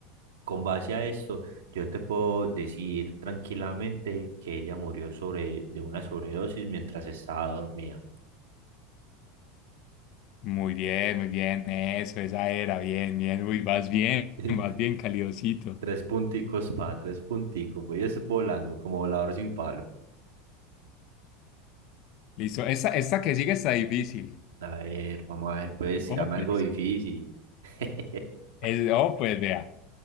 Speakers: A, on the right (about 70°); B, on the left (about 50°).
A: Con base a esto, yo te puedo decir tranquilamente que ella murió sobre, de una sobredosis mientras estaba dormida.
B: Muy bien, muy bien, eso, esa era, bien, bien, uy, vas bien,
A: <laughs>
B: <laughs> vas bien, calidosito.
A: Tres punticos pa, tres punticos. Voy es volando como volador sin palo.
B: Listo, esta, esta que sigue está difícil.
A: A ver, vamos a ver, pues, tirame
B: Oh, pues,
A: algo difícil. <laughs>
B: es- oh, pues vea.